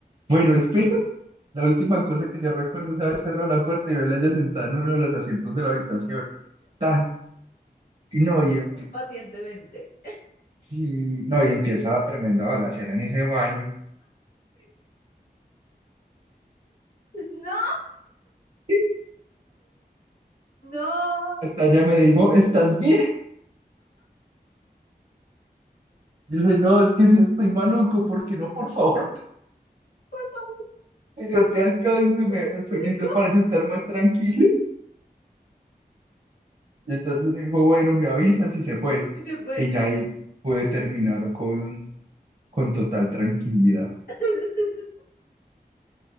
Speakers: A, on the right (about 50°); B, on the left (about 70°).
A: bueno, espera, <laughs> la última cosa que yo recuerdo, ¿sabes? Cerrar la puerta y verla ya sentada en uno de los asientos de la habitación, tan, y no, y, empie-
B: pacientemente.
A: sí, no, y empieza la tremenda balacera en ese baño.
B: No,
A: <laughs>
B: no,
A: Hasta ella me dijo, ¿estás bien? Yo le dije, no, es que sí estoy maluco, ¿por qué no? Por favor,
B: por favor,
A: <laughs> que yo te alcanzo
B: <laughs>
A: y me dejas solito
B: chico.
A: para yo estar más tranquilo. Y entonces me dijo, bueno, me avisas y se fue.
B: Y se fue.
A: Y ya ahí pude terminar con, con total tranquilidad.
B: <laughs>